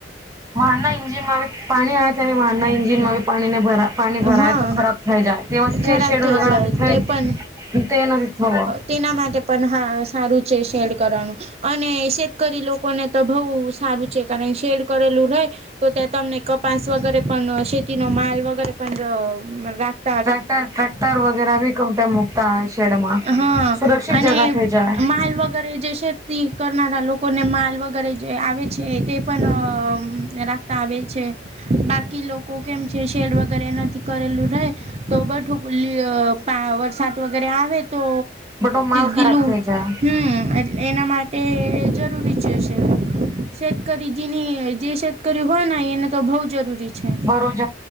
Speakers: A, on the right; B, on the right.
A: હા નહીં જે મારે પાણી આયતા મેં વાહનના ઇન્જિનમાં બી પાણીને ભરા. પાની ભરાય
B: હા
A: તો ખરાબ થઈ જાય તેવા જે
B: ખરાબ
A: શેડો
B: થઈ
A: લગાડવાથી
B: જાય તે પણ
A: થઈ તે નથી થવ
B: તેના માટે પન હા સારું છે શેડ કરવાનું. અને શેતકરી લોકોને તો બહુ સારું છે કારણ શેડ કરેલું રહેે તો ત્યાં તમને. કપાસ વગેરે પણ શેતીનો માલ વગેરે પણ રાખ.
A: ટ્રેક્ટર ટ્રેક્ટર વગેરા બી કઉં ત્યા મુકતા હય શેડમાં
B: હા
A: સુરક્ષિત
B: અને
A: જગા થઈ જાય
B: માલ વગેરે જે શેતી કરનારા લોકોને માલ વગ કરે જે આવે છે તે પન અ રાખતા આવે છે. બાકી લોકો કેમ છે શેર વગ વગર એનાથી કરેલું રહે તો બઠું ભૂલી અ પા વરસાદ વગેરે આવે તો
A: બટો માલ ખરાબ
B: ગીલું
A: થઈ જાય.
B: હમ એ એના માટે જરૂરી છે છે શતકરી જેની જે શેતકરી હોય ને એને તો બઉ જરૂરી છે
A: બજ